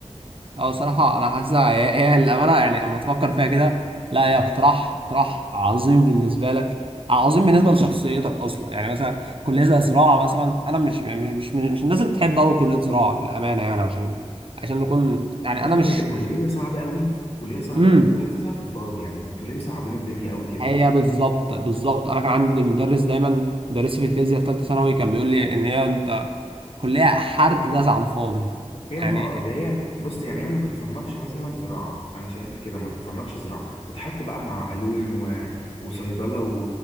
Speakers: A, on the right; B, on the left.
A: اه صراحة أنا حاسسها هي هي الأمانة يعني لما تفكر فيها كده لا هي اقتراح اقتراح عظيم بالنسبة لك عظيم بالنسبة لشخصيتك أصلا يعني مثلا كلية زي زراعة مثلا أنا مش مش مش مش الناس اللي بتحب أوي كلية زراعة للأمانة يعني عشان عشان نكون يعني
B: بصوا
A: أنا مش
B: هي كلية
A: مش
B: صعبة قوي كلية صعبة
A: امم
B: قوي وحاسسها في الفاضي يعني انتوا ليه مصعبين الدنيا قوي كده
A: هي بالظبط بالظبط أنا كان عندي مدرس دايما مدرسي في الفيزياء في ثالثة ثانوي كان بيقول لي إن هي أنت كلية حرق جزع على الفاضي
B: حرفيا
A: يعني
B: اه اللي هي بص يعني هي ما تتصنفش مثلا زراعة انا شايفها كده ما تتصنفش زراعة تتحط بقى مع علوم و... وصيدلة و...